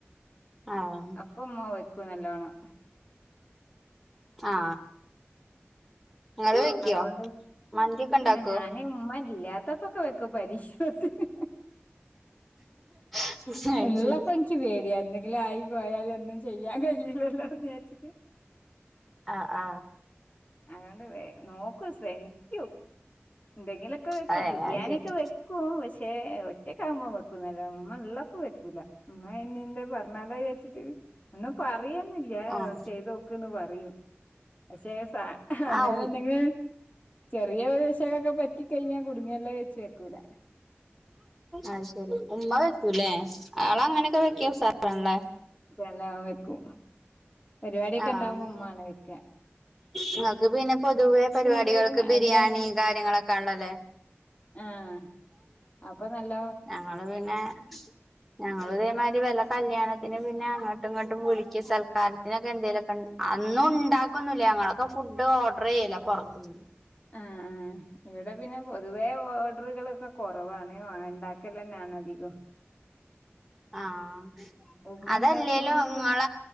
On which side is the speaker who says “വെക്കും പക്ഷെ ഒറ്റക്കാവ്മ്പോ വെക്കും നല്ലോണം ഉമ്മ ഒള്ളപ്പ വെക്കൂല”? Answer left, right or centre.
Left